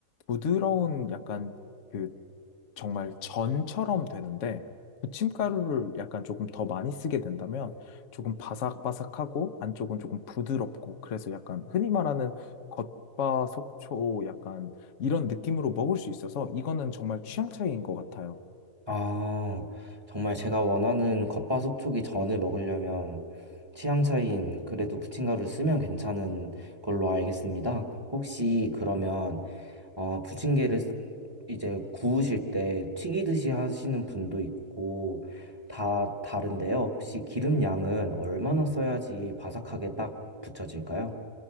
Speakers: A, on the left; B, on the right.
A: 부드러운 약간 그 정말 전처럼 되는데 부침가루를 약간 조금 더 많이 쓰게 된다면 조금 바삭바삭하고 안쪽은 조금 부드럽고 그래서 약간 흔히 말하는 겉바속촉 약간 이런 느낌으로 먹을 수 있어서 이거는 정말 취향 차이인 것 같아요.
B: 아, 정말 제가 원하는 겉바속촉이 전을 먹으려면 취향 차이인 그래도 부침가루를 쓰면 괜찮은 걸로 알겠습니다. 혹시 그러면 어, 부침개를 이제 구우실 때 튀기듯이 하시는 분도 있고 다 다른데요. 혹시 기름 양은 얼마나 써야지 바삭하게 딱 붙여질까요?